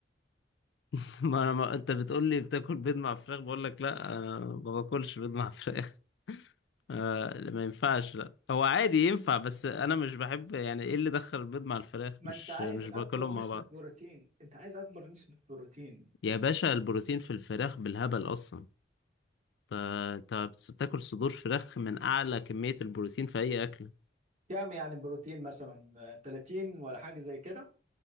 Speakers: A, on the left; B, on the right.
A: <laughs> ما انا ما... انت بتقول لي بتاكل بيض مع فراخ بقول لك لا انا ما باكلش بيض مع فراخ <laughs> آه لا، ما ينفعش لا هو عادي ينفع بس انا مش بحب يعني ايه اللي دخل البيض مع الفراخ
B: ما
A: مش
B: انت عايز
A: مش
B: اكبر
A: باكلهم
B: نسبة
A: مع بعض
B: بروتين انت عايز اكبر نسبة بروتين
A: يا باشا البروتين في الفراخ بالهبل اصلا انت أنت بتاكل صدور فراخ من اعلى كمية البروتين في اي اكل
B: كام يعني بروتين مثلا آه، 30 ولا حاجة زي كده